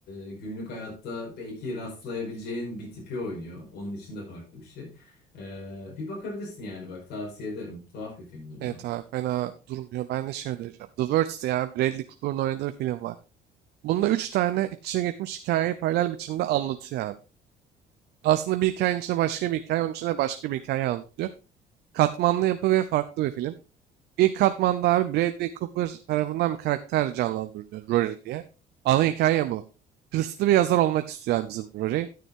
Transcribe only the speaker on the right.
Evet
abi fena durmuyor. Ben de şey önereceğim. The Words diye abi Bradley Cooper'ın oynadığı film var. Bunda üç tane iç içe geçmiş hikayeyi paralel biçimde anlatıyor abi. Aslında bir hikayenin içinde başka bir hikaye, onun içinde başka bir hikaye anlatıyor. Katmanlı yapı ve farklı bir film. İlk katmanda abi Bradley Cooper tarafından bir karakter canlandırılıyor, Rory diye. Ana hikaye bu. Hırslı bir yazar olmak istiyor yani bizim Rory.